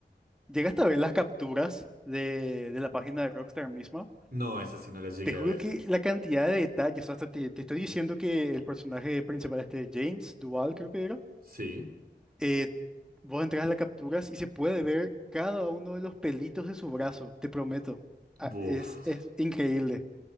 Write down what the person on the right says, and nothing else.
No, esas sí no las llegué
a ver.
Sí,
buf.